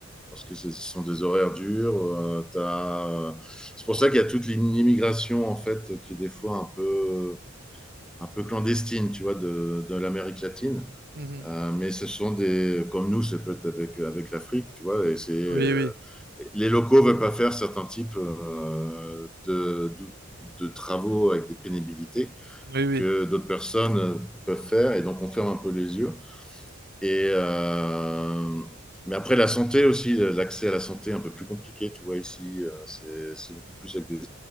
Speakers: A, in the centre; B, on the right.
A: parce que c'est- ce sont des horaires durs. euh, t'as- C'est pour ça qu'il y a toute l'im- l'immigration, en fait, qui est des fois un peu, un peu clandestine, tu vois, de, de l'Amérique latine.
B: Mhm.
A: Euh, mais ce sont des, comme nous, c'est peut-être avec, avec l'Afrique, tu vois, et c'est, euh,
B: Oui, oui,
A: les locaux veulent pas faire certains types euh, de, de, de travaux avec des pénibilités
B: oui, oui,
A: que d'autres personnes peuvent faire, et donc on ferme un peu les yeux. Et, euh, mais après, la santé aussi, l'accès à la santé est un peu plus compliqué, tu vois, ici, euh, c'est c'est beaucoup plus avec des,